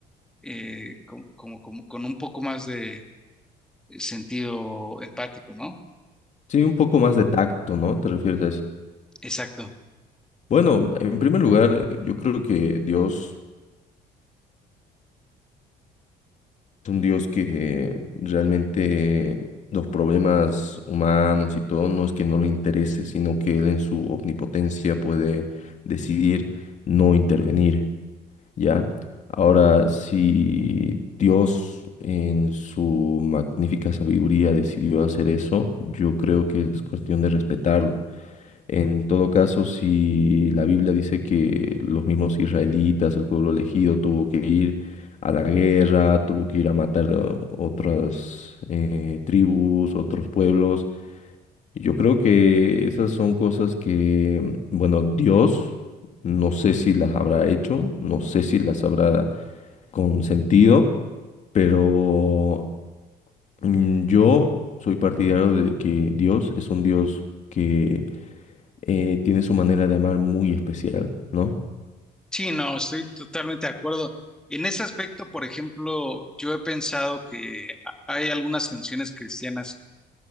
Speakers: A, in the centre; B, on the left.
A: eh, como, como, como, con un poco más de sentido empático, ¿no?
B: sí, un poco más de tacto, ¿no? ¿Te refieres a eso?
A: Exacto.
B: Bueno, en primer lugar, yo creo que Dios es un Dios que realmente los problemas humanos y todo no es que no le interese, sino que Él en su omnipotencia puede decidir no intervenir, ¿ya? Ahora, si Dios en su magnífica sabiduría decidió hacer eso, yo creo que es cuestión de respetarlo. En todo caso, si la Biblia dice que los mismos israelitas, el pueblo elegido, tuvo que ir a la guerra, tuvo que ir a matar a otras eh, tribus, otros pueblos, yo creo que esas son cosas que, bueno, Dios no sé si las habrá hecho, no sé si las habrá consentido, pero mm, yo soy partidario de que Dios es un Dios que eh, tiene su manera de amar muy especial, ¿no?
A: Sí, no, estoy totalmente de acuerdo. En ese aspecto, por ejemplo, yo he pensado que a- hay algunas canciones cristianas.